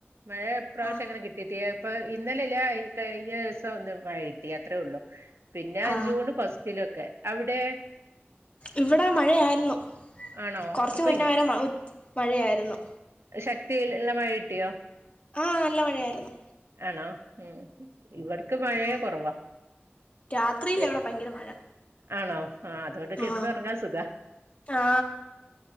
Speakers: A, on the right (about 80°); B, on the left (about 30°).
A: മഴ ഇപ്രാവശ്യം
B: ആ
A: അങ്ങനെ കിട്ടീട്ടേ ഇപ്പൊ ഇന്നലെ ഇല്ല കഴിഞ്ഞ ദിസം ഒന്ന് മഴ കിട്ടി അത്രെ ഒള്ളു. പിന്നെ
B: ആ
A: ജൂണ് ഫസ്റ്റിലൊക്കെ അവിടേ
B: ഇവിടെ മഴയായിരുന്നു.
A: ആണോ
B: കൊർച്ച്
A: അപ്പൊ
B: മുന്നവരെ ഉച്ച മഴയായിരുന്നു.
A: ശക്തിഇല്ഇള്ള മഴകിട്ടിയോ?
B: ആഹ് നല്ല മഴയായിരുന്നു.
A: ആണോ ഉം. ഇവിട്ക്ക് മഴേ
B: ആ
A: കൊറവാ
B: രാത്രിയില
A: എ
B: ഇവിടെ ഭയങ്കര മഴ
A: ആണോ ആഹ് അതുകൊണ്ട് കെട്ന്നൊർങ്ങാൻ
B: ആ
A: സുഖ
B: ആ